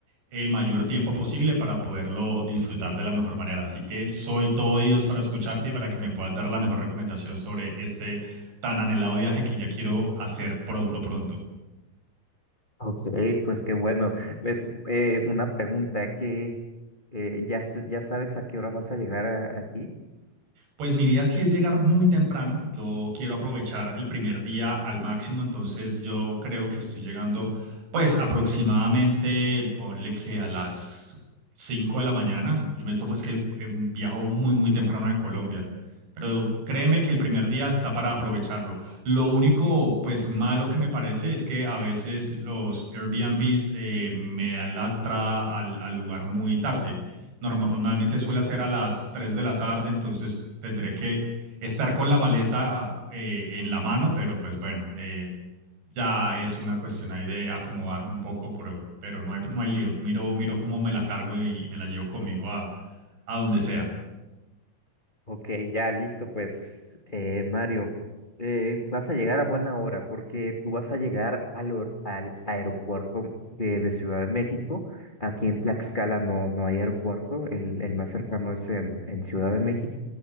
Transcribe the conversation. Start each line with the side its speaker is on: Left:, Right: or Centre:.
Right: el mayor tiempo posible para poderlo disfrutar de la mejor manera. Así que soy todo oídos para escucharte y para que me puedas dar la mejor recomendación sobre este tan anhelado viaje que ya quiero hacer pronto, pronto.
Left: ok, pues qué bueno. Pues eh, una pregunta que eh, ya, s- ya sabes a qué hora vas a llegar a- aquí.
Right: Pues mi día sí es llegar muy temprano. Yo quiero aprovechar el primer día al máximo, entonces yo creo que estoy llegando, pues aproximadamente, ponle que a las 5 de la mañana. Yo me tomo, es que eh, viajo muy, muy temprano de Colombia. Pero créeme que el primer día está para aprovecharlo. Lo único, pues malo que me parece es que a veces los Airbnbs eh, me dan la entrada al, al lugar muy tarde normalmente suele hacer a las 3 de la tarde, entonces tendré que estar con la maleta eh, en la mano, pero pues bueno, eh, ya es una cuestión ahí de acomodarme un poco, pero, pero no hay, no hay lío. Miro, miro cómo me la cargo y, y me la llevo conmigo a, a donde sea.
Left: Ok, ya listo, pues eh, Mario, eh, vas a llegar a buena hora porque tú vas a llegar al, hor- al aeropuerto de, de Ciudad de México. Aquí en Tlaxcala no, no hay aeropuerto, el, el más cercano es en, en Ciudad de México.